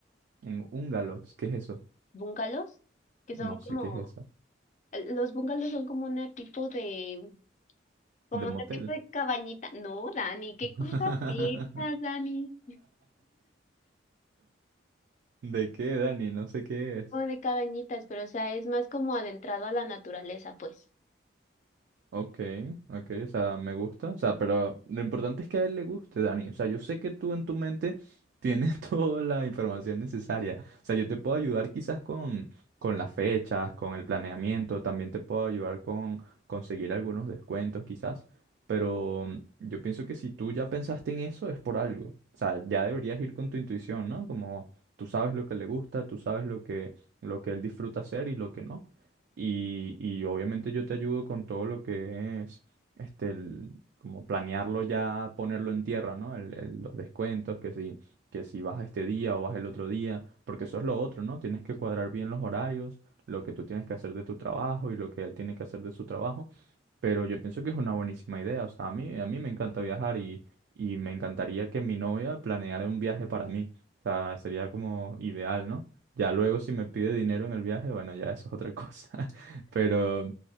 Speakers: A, on the right; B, on the left.
A: en húngalos, ¿qué es eso?
B: ¿Bungalows? Que son
A: No
B: como,
A: sé qué es eso.
B: los bungalows son como un tipo de, como
A: De motel.
B: un tipo de cabañita. No, Dani, ¿qué
A: <laughs>
B: cosas piensas, Dani?
A: ¿De qué, Dani? No sé qué es.
B: Como de cabañitas, pero o sea, es más como adentrado a la naturaleza, pues.
A: Ok, ok, o sea, me gusta. O sea, pero lo importante es que a él le guste, Dani. O sea, yo sé que tú en tu mente tienes <laughs> toda la información necesaria. O sea, yo te puedo ayudar quizás con, con las fechas, con el planeamiento, también te puedo ayudar con conseguir algunos descuentos quizás. Pero mm, yo pienso que si tú ya pensaste en eso es por algo. O sea, ya deberías ir con tu intuición, ¿no? Como tú sabes lo que le gusta, tú sabes lo que, lo que él disfruta hacer y lo que no y, y obviamente yo te ayudo con todo lo que es, este, el- como planearlo ya, ponerlo en tierra, ¿no? El- el- los descuentos, que si, que si vas este día o vas el otro día, porque eso es lo otro, ¿no? Tienes que cuadrar bien los horarios, lo que tú tienes que hacer de tu trabajo y lo que él tiene que hacer de su trabajo pero yo pienso que es una buenísima idea. O sea, a mí, a mí me encanta viajar y, y me encantaría que mi novia planeara un viaje para mí. O sea, sería como ideal, ¿no? Ya luego si me pide dinero en el viaje, bueno, ya eso es otra cosa. <laughs> Pero